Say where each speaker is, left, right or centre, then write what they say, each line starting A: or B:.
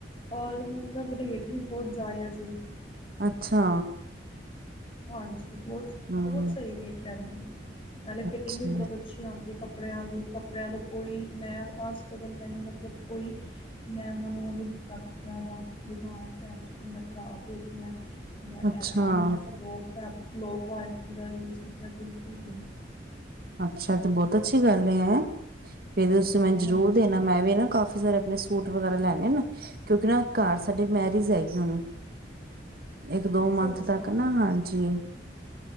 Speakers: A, on the left; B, on the right.
A: ਔਰ ਮਤਲਬ ਰੇਟ ਵੀ ਬੋਤ ਜਾਯਜ ਏ।
B: ਅੱਛਾ।
A: ਹਾਂਜੀ। ਬਹੁਤ-
B: ਹੂੰ
A: ਬਹੁਤ ਸਹੀ ਰੇਟ ਲੈਂਦੇ ਨੇ, ਨਾਲੇ
B: ਅੱਛਾ,
A: ਫਿਟਿੰਗ ਵੀ, ਬਹੁਤ ਅੱਛੀ ਆਉਂਦੀ, ਕੱਪੜਿਆਂ ਦੀ ਕੱਪੜਿਆਂ ਦਾ ਕੋਈ ਮੈਂ ਅੱਜ ਤਕ ਮੈਨੂੰ ਮਤਲਬ ਕੋਈ ਮੈਂ ਔਨਾਂ ਨੂੰ ਓਹ ਨੀ ਦਿੱਤਾ ਕੱਪੜਿਆਂ ਦਾ, ਵੀ ਹਾਂ ਐ ਫੈਬਰਿਕ ਮੇਰਾ ਖ਼ਰਾਬ ਹੋ ਗਿਆ ਐ। ਜਾਂ
B: ਅੱਛਾ,
A: ਏਦਾਂ ਵੀ ਤੁਸੀ ਲੋਅ ਫੈਬ ਲੋਅ ਕੁਆਲਿਟੀ ਦਾ ਯੂਜ ਕੀਤਾ ਬਿਲਕੁਲ ਵੀ ਨ੍ਹੀਂ।
B: ਅੱਛਾ। ਤੇ ਬਹੁਤ ਅੱਛੀ ਗੱਲ ਏ ਹੈ। ਫੇਰ ਤੁਸੀਂ ਮੈਨ ਜ਼ਰੂਰ
A: ਹਾਂਜੀ
B: ਦੇਣਾ ਮੈਂ ਵੀ ਨਾ ਕਾਫੀ ਸਾਰੇ ਣੇ ਸੂਟ ਵਗੈਰਾ ਲੈਣੇ ਨੇ, ਕਿਉਂਕਿ ਨਾ ਘਰ ਸਾਡੇ ਮੈਰਿਜ ਹੈਗੀ ਏ। ਇੱਕ- ਦੋ
A: ਅੱਛਾ
B: ਮੰਥ
A: ਅੱਛਾ
B: ਤੱਕ ਨਾ। ਹਾਂਜੀ।